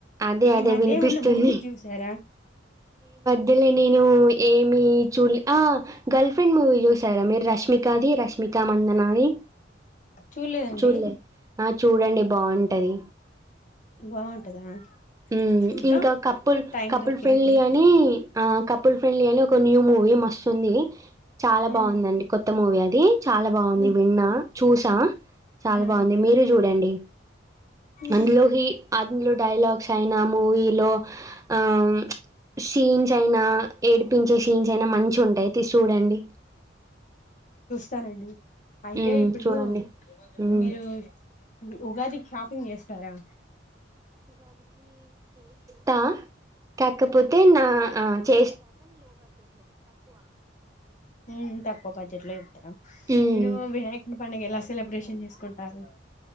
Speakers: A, on the right (about 20°); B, on the left (about 40°).
A: అదే
B: ఈ
A: అదే
B: మధ్య
A: వినిపిస్తుంది
B: ఏమన్నా మూవీస్ చూసారా
A: -ధ్యలో నేను ఏమి చూళ్ళే ఆ గర్ల్ ఫ్రెండ్ మూవీ చూసారా మీరు రష్మికాది రష్మికా మందనాది?
B: చూడలేదండి
A: చూడలే ఆ చూడండి. బాగుంటుది
B: బాగుంటదా
A: హ్మ్మ్
B: చూద్దాం
A: ఇంకా కప్పుల్
B: టైం
A: కపుల్
B: దొరికినప్పుడు
A: ఫ్రెండ్లీ అని ఆ కపుల్ పెళ్ళి అని ఒక న్యూ మూవీ మస్తు ఉంది. చాలా
B: ఉమ్
A: బాగుందండి కొత్త మూవీ అది. చాలా బాగుంది.
B: ఉమ్
A: విన్నా, చూసా చాలా
B: ఉమ్
A: బాగుంది మీరు చూడండి.
B: ఉహు
A: అందులోకి అందులో డైలాగ్స్ అయినా మూవీలో ఆమ్ షీన్స్ అయినా ఏడిపించే సీన్స్ అయినా మంచి ఉంటాయి తీసి చూడండి
B: తానండి అయితే
A: మ్మ్
B: ఇప్పుడూ
A: చూడండి మ్మ్
B: మీరు ఉ- ఉగాది షాపింగ్ చేస్తారా
A: తా కాకపోతే నా ఆ చే
B: మ్ తక్కువ బడ్జెట్ లో ఇతారా
A: మ్మ్
B: మీరు వినాయకుడు పండుగ ఎలా సెలబ్రేషన్ చేసుకుంటారు